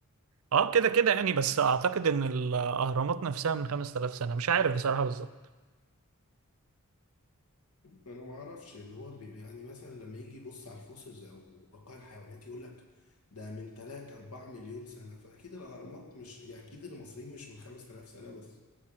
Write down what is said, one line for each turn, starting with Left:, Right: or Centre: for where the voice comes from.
Right: اه كده كده يعني بس اعتقد ان الاهرامات نفسها من 5000 سنه مش عارف بصراحه بالظبط
Left: انا ما اعرفش ان هو بي يعني مثلا لما يجي يبص على الفوسلز او بقايا الحيوانات يقول لك ده من 3 4 مليون سنه فاكيد الاهرامات مش يعني اكيد المصريين مش من 5000 سنه بس